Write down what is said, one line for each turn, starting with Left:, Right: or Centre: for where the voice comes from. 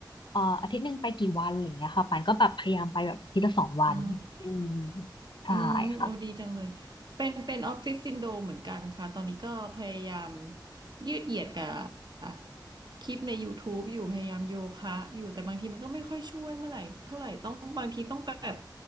Left: เอ่ออาทิตย์หนึ่งไปกี่วันอะไรเงี้ยค่ะปานก็แบบพยายามไปแบบอาทิตย์ละสองวันอืม
Right: อ๋อ
Left: ใช่ค่ะ
Right: อืมโอ้ดีจังเลยเป็นเป็นออฟฟิศซินโดรมเหมือนกันค่ะตอนนี้ก็พยายามยืดเหยียดกับอ่ะคลิปใน YouTube อยู่พยายามโยคะอยู่แต่บางทีมันก็ไม่ค่อยช่วยเมื่อไหร่เท่าไหร่ต้องบางทีต้องแบบ